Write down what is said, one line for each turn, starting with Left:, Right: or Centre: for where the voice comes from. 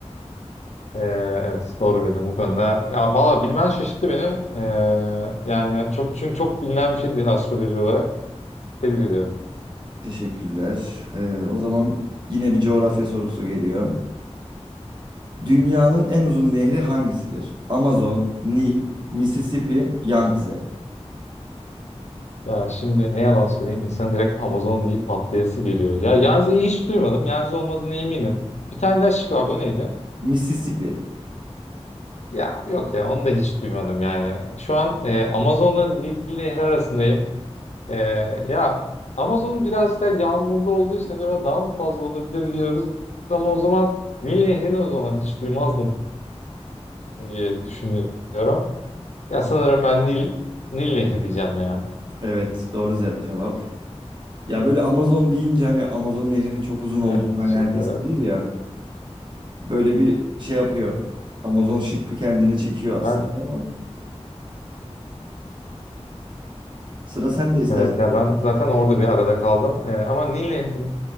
Left: Ee, evet doğru bildim bu konuda. Ya valla bilmen şaşırttı beni. Ee, yani çok çünkü çok bilinen bir şey değil astroloji olarak. Tebrik ediyorum.
Right: Teşekkürler. Ee, o zaman yine bir coğrafya sorusu geliyor. Dünyanın en uzun nehri hangisidir? Amazon, Nil, Mississippi, Yangtze.
Left: Ya şimdi ne yalan söyleyeyim insan direkt Amazon deyip atlayası geliyor. Ya Yanzi'yi hiç duymadım. Yanzi olmadığına eminim. Bir tane daha şık vardı o neydi?
Right: Mississippi.
Left: Ya yok ya onu da hiç duymadım yani. Şu an e, Amazon'la Nil Nehri arasındayım. E, ya Amazon'un biraz da yağmurlu olduğu için acaba daha mı fazla olabilir diyoruz. Ama o zaman Nil Nehri'ni o zaman hiç duymazdım. diye düşünüyorum. Ya sanırım ben Nil Nil Nehri diyeceğim ya.
Right: Evet, doğru ce- cevap. Ya böyle Amazon deyince hani Amazon nehrinin çok uzun olduğunu
Left: Evet,
Right: hani
Left: teşekkür
Right: herkes
Left: ederim.
Right: bilir ya. Böyle bir şey yapıyor. Amazon şıkkı kendine çekiyor aslında
Left: Ben
Right: ama sıra sen de istersen
Left: evet ya
Right: sor.
Left: ben zaten orada bir arada kaldım. Ee, ama Nil Nehri